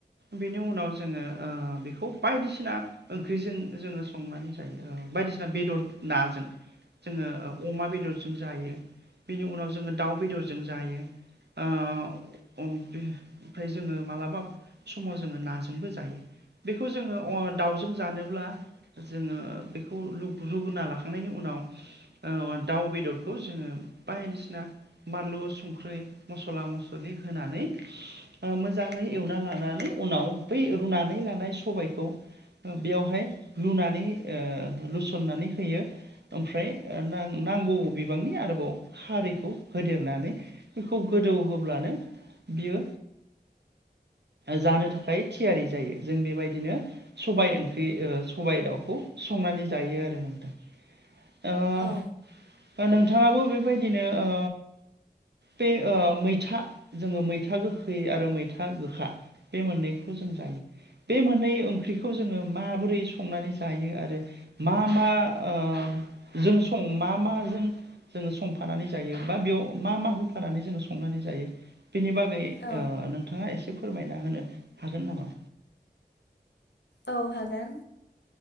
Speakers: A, on the right (about 80°); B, on the left (about 85°).
A: बेनि उनाव ज जोङो ओ बेखौ बायदिसिना ओंख्रिजों जोङो संनानै जायो ओ बायदिसिना बेदर नाजों जोङो ओ अमा बेदरजों जायो। बेनि उनाव जोङो दाउ बेदरजों जायो। ओ अ उम ओमफ्राय जोङो मालाबा समाव जोङो नाज जोंबो जायो बेखौ जोङो अ दाउजों जानोब्ला जोङो बेखौ रुगुना लाखांनायनि उनाव ओ दाउ बेदरखौ जोङो बायदिसिना बानलु संख्रि मस्ला मस्लि होनानै ओ मोजाङै एवना लानानै उनाव बै रुनानै लानाय सबायखौ बेयावहाय लुनानै ओ लुसननानै होयो। ओमफ्राय ओ नांगौ बिबांनि आरोबाव खारैखौ होदेरनानै बेखौ गोदौ होब्लानो बियो जानो थाखाय थियारि जायो जों बेबायदिनो। सबाय ओंख्रि ओ सबायाइ दाउ। खौ संनानै जायो आरो नोंथां। ओ बा
B: औ
A: नोथां नोथाङाबो बेबायदिनो ओ बै ओ मैथा जोङो मैथा गोखै आरो मैथा गोखा बे मोननैखौ जों जायो बे मोननै बे ओंख्रिखौ जोङो माबोरै संनानै जायो आरो मा मा ओ जों सं मा मा जों जोङो संफानानै जायो बा बेयाव मा मा होफानानै जोङो संनानै जायो? बेनि बागै
B: औ
A: ओ नोंथाङा एसे फोरमायना होनो हागोन नामा?
B: औ हागोन